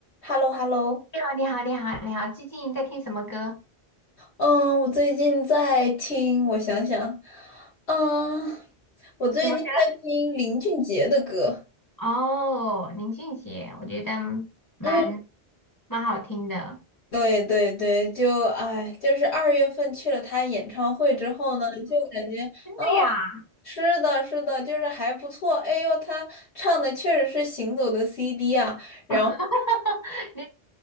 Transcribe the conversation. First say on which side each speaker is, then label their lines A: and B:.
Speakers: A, on the left; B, on the left.
A: h e l l o h e l l o
B: 你好，你好，你好，你好，最近在听什么歌？
A: 嗯，我最近在听，我想想，嗯，我最近在听林俊杰的歌。
B: 什么歌？哦，林俊杰，我觉得蛮
A: 嗯，
B: 蛮好听的。
A: 对对对，就哎，就是二月份去了他演唱会之后呢，就感觉哦，
B: 真的呀？
A: 是的，是的，就是还不错。哎呦，他唱的确实是行走的 CD 啊，然后。
B: <laughs> 你